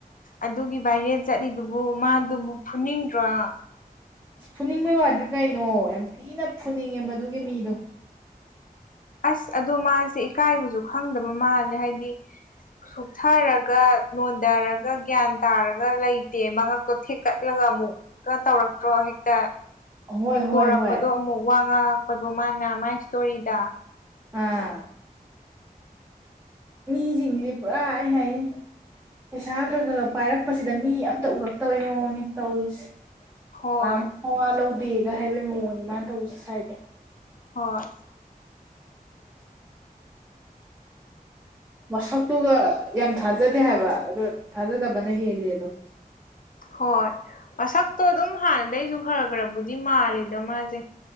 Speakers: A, on the left; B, on the right.
A: ꯑꯗꯨꯒꯤ ꯚꯥꯏꯔꯦꯜ ꯆꯠꯂꯤꯗꯨꯕꯨ ꯃꯥꯗꯨꯕꯨ ꯐꯨꯅꯤꯡꯗ꯭ꯔꯣ
B: ꯑꯁ ꯐꯨꯅꯤꯡꯕꯩ ꯋꯥꯗꯤ ꯀꯩꯅꯣ ꯌꯥꯝ ꯊꯤꯅ ꯐꯨꯅꯤꯡꯉꯦ ꯃꯗꯨꯒꯤ ꯃꯤꯗꯣ
A: ꯑꯁ ꯑꯗꯣ ꯃꯥꯁꯦ ꯏꯀꯥꯏꯕꯁꯨ ꯈꯪꯗꯕ ꯃꯥꯜꯂꯦ ꯍꯥꯏꯗꯤ ꯁꯨꯊꯔꯒ ꯅꯣꯟꯊꯔꯒ ꯒ꯭ꯌꯥꯟ ꯇꯥꯔꯒ ꯂꯩꯇꯦ ꯃꯉꯛꯇꯣ ꯊꯦꯛꯀꯠꯂꯒ ꯑꯃꯨꯛꯀ ꯇꯧꯔꯛꯇ꯭ꯔꯣ ꯍꯦꯛꯇ
B: ꯍꯣꯏ
A: ꯁꯦꯡꯇꯣꯔꯛꯄꯗꯣ
B: ꯍꯣꯏ ꯍꯣꯏ
A: ꯑꯃꯨꯛ ꯋꯥ ꯉꯥꯡꯉꯛꯄꯗꯣ ꯃꯥꯅ ꯃꯥꯏ ꯏꯁꯇꯣꯔꯤꯗ
B: ꯑꯥ ꯃꯤꯁꯤꯡꯁꯦ ꯄꯨꯔꯥ ꯍꯥꯏ ꯍꯥꯏ ꯄꯩꯁꯥ ꯈꯔ ꯈꯔ ꯈ ꯄꯥꯏꯔꯛꯄꯁꯤꯗ ꯃꯤ ꯑꯃꯝꯇ ꯎꯔꯛꯇꯕꯩ ꯃꯑꯣꯡꯅꯤ ꯇꯧꯔꯤꯁꯦ
A: ꯍꯣꯏ
B: ꯀꯅꯥꯝ ꯃꯋꯥ ꯂꯧꯗꯦꯒ ꯍꯥꯏꯕꯩ ꯃꯑꯣꯡꯅꯤ ꯃꯥꯅ ꯇꯧꯁꯤ ꯁꯋꯥꯏꯗꯣ
A: ꯍꯣꯏ
B: ꯃꯁꯛꯇꯨꯒ ꯌꯥꯝ ꯊꯥꯖꯗꯦ ꯍꯥꯏꯕ ꯑ ꯊꯥꯖꯗꯕꯅ ꯍꯦꯜꯂꯤ ꯑꯗꯣ
A: ꯍꯣꯏ ꯃꯁꯛꯇꯣ ꯑꯗꯨꯝ ꯍꯥꯟꯅꯗꯩꯁꯨ ꯈꯔ ꯈꯔꯕꯨꯗꯤ ꯃꯥꯜꯂꯤꯗ ꯃꯥꯁꯦ